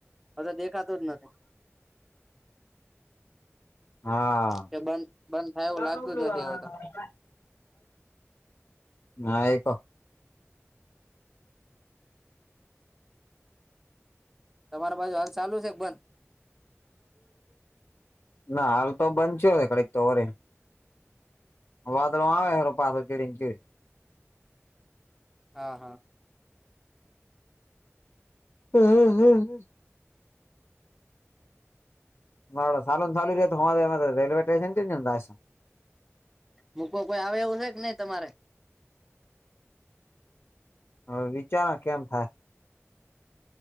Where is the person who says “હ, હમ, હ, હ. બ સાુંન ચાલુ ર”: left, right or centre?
Left